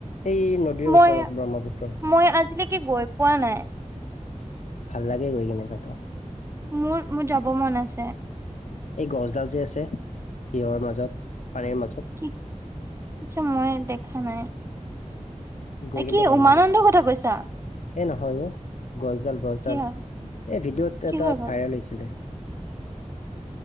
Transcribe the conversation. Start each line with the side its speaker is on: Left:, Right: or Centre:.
Left: এই নদীৰ
Right: মই
Left: ওচৰত ব্ৰহ্মপুত্ৰ
Right: মই আজিলৈকে গৈ পোৱা নাই।
Left: ভাল লাগে গৈ কিনে তত।
Right: মোৰ মোৰ যাব মন আছে।
Left: এই গছডাল যে আছে সিহঁৰ মাজত পানীৰ মাজত।
Right: কি আচ্ছা মই দেখা নাই।
Left: গৈ
Right: এ
Left: কিন্তু
Right: কি
Left: ভাল
Right: উমানন্দৰ
Left: লাগে
Right: কথা কৈছা?
Left: এই নহয় গছডাল গছডাল
Right: কি হয়
Left: এই ভিডিঅ' এটাত
Right: কিহৰ গছ
Left: ভাইৰেল হৈছিলে।